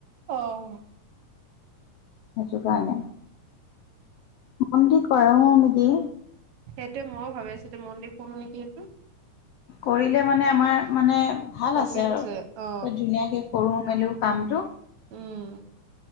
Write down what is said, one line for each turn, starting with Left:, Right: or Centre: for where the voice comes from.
Right: অ'
Left: সেইটো কাৰণে। মন দি কৰাৱে নেকি।
Right: সেইটো ময়ো ভাবিছিলোঁ মন দি কৰো নেকি সেইটো।
Left: কৰিলে মানে আমাৰ মানে ভাল
Right: প্ৰফিট
Left: আছে আৰু
Right: অ
Left: ধুনীয়াকে। কৰো মেলিও কামটো
Right: উম।